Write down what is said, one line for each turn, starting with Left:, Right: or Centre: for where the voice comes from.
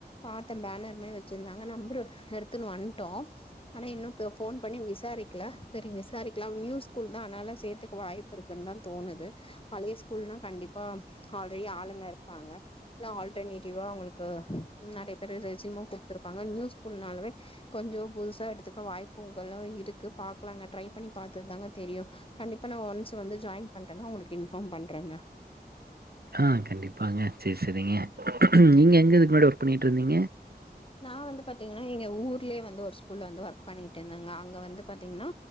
Left: பாத்த பேனர் மேரி வச்சிருந்தாங்க நம்புரு எடுத்துன் வந்டோ ஆனா இன்னு ப ஃபோன் பண்ணி விசாரிக்கில செரி விசாரிக்லா நியூ ஸ்கூல்தா அனால சேத்துக்க வாய்ப் வாய்ப்பு இருக்குன் தா தோணுது பழைய ஸ்கூல்னா கண்டிப்பா ஆல்ரெடி ஆளுங்க இர்பாங்க இல்ல ஆல்டர்னேட்டிவா அவுங்களுக்கு நறைய பேரு ரெசியுமு குடுத்துருப்பாங்க நியூ ஸ்கூல்னாலவே கொஞ்சோ புதுசா எடுத்துக்க வாய்ப்புங்களு இருக்கு பாக்லாங்க ட்ரை பண்ணி பாத்தாதாங்க தெரியு கண்டிப்பா நா ஒன்ஸ் வந்து ஜாயின் பண்றேனா உங்ளுக்கு இன்ஃபார்ம் பண்றங்க
Right: ஆ கண்டிப்பாங்க சேரி சேரிங்க நீங்கே எங்க இதுக்கு முன்னாடி ஒர்க் பண்ணிக்கிட்ருந்தீங்க
Left: நா வந்து பாத்தீங்னா எங்க ஊர்லே வந்து ஒரு ஸ்கூல்ல வந்து ஒர்க் பண்ணிட்ருந்தேங்க அங்க வந்து பாத்தீங்னா